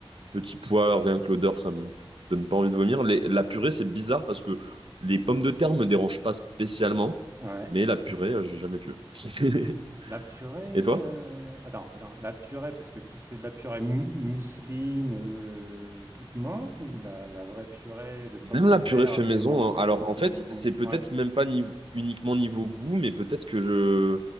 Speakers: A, on the right; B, on the right.
A: Petits pois, rien que l'odeur, ça me donne pas envie de vomir. Les- la purée, c'est bizarre parce que les pommes de terre me dérangent pas spécialement,
B: Ouais.
A: mais la purée, euh, j'ai jamais pu. <laughs>
B: La purée,
A: Et toi?
B: euh, attends, attends, la purée, parce que tu c'est de la purée mou- mousseline euh, toute molle ou la, la vraie purée de pommes
A: Même
B: de
A: la purée
B: terre
A: fait
B: avec
A: maison,
B: des morceaux
A: hein. Alors,
B: faits
A: en fait,
B: de monzon?
A: c'est peut-être
B: Ouais.
A: même pas niv- uniquement niveau goût, mais peut-être que je,